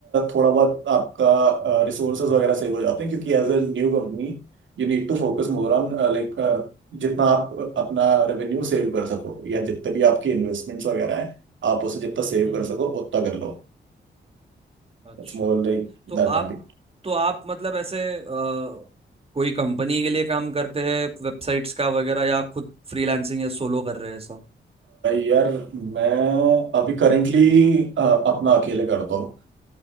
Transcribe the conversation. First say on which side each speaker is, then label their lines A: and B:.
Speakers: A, on the right; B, on the right.
A: थोड़ा बहुत आपका रिसोर्सेज वगैरह सेव हो जाते हैं क्योंकि as a new company you need to focus more on like जितना आप अपना रेवेन्यू सेव कर सको या जितने भी आपकी इन्वेस्टमेंट्स वगैरह हैं आप उसे जितना सेव
B: हम्म
A: कर सको उतना कर लो
B: अच्छा
A: It's more like
B: तो आप
A: that only
B: तो आप मतलब ऐसे अ, कोई कंपनी के लिए काम करते हैं वेबसाइट्स का वगैरह या खुद फ्रीलांसिंग या सोलो कर रहे हैं ऐसा
A: यार मैं अभी करेंटली अपना अकेले करता हूँ